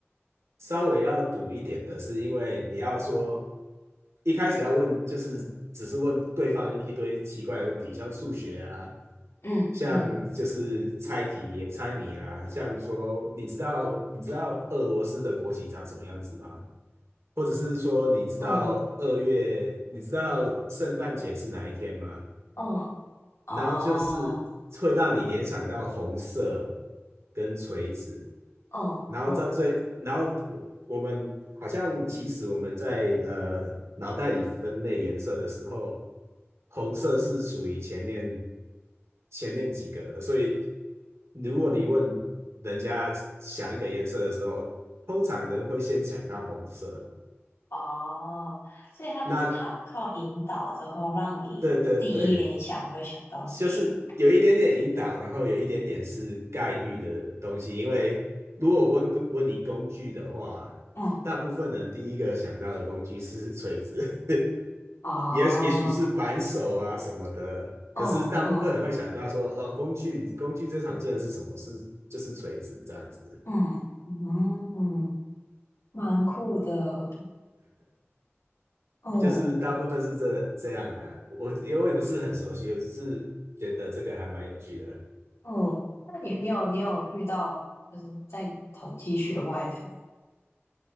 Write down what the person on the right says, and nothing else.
稍微要赌一点的是，因为你要说一开始要问，就是只是问对方一堆奇怪的问题，像数学啊，
像就是猜题、猜谜啊，像说你知道你知道俄罗斯的国旗长什么样子吗？或者是说你知道二月，
你知道圣诞节是哪一天吗？
然后就是会让你联想到红色跟锤子。
然后在最，然后我我们好像其实我们在呃脑袋里分类颜色的时候，红色是属于前面前面几个的，所以如果你问人家想一个颜色的时候，通常人会先想到红色。
那
对对对，就是有一点点引导，然后有一点点是概率的东西。因为如果我问工问你工具的话，
大部分人第一个想到的工具是锤子，<laughs>
也也许是扳手啊什么的。
可是大部分人会想到说，呃，工具工具最常见的是什么？是就是锤子这样子，
就是大部分是这这样啦。我因为我也不是很熟悉，我只是觉得这个还蛮有趣的。